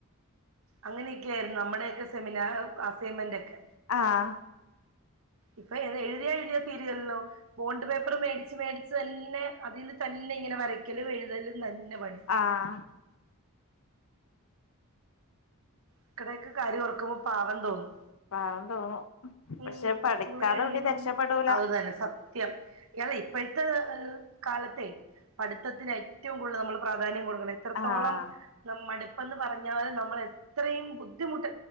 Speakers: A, on the right (about 65°); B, on the left (about 65°).
A: അങ്ങനെയൊക്കെയായിരുന്നു നമ്മടെയൊക്കെ സെമിനാർ അസൈൻമെന്റ് ഒക്കെ
B: ആഹ്
A: ഇപ്പൊ ഇരുന്ന് എഴുതിയ എഴുതിയ തീരികേലല്ലോ ബോണ്ട് പേപ്പർ മേടിച്ച് മേടിച്ച് തന്നെ അതിൽ തന്നെ ഇങ്ങനെ വരക്കലും എഴുതലും തന്നെ പണി
B: ആഹ്
A: ഇക്കടൊക്കെ കാര്യം ഓർക്കുമ്പോ പാവം തോന്നും
B: പാവം തോന്നും
A: ഉം
B: പക്ഷെ പഠിക്കാതെ
A: സ്കൂള് കഴിയുമ്പം
B: എവിടേം രക്ഷപ്പെടൂല
A: അതുതന്നെ സ സത്യം ഇയാള് ഇപ്പോഴത്തെ കാലത്തെ പഠിത്തത്തിന് ഏറ്റവും കൂടുതൽ നമ്മൾ പ്രാധാന്യം കൊടുക്കണം എത്രത്തോളം
B: ആഹ്
A: ന മടുപ്പന്ന് പറഞ്ഞാലും നമ്മ മ്മള് എത്രയും ബുദ്ധിമുട്ട്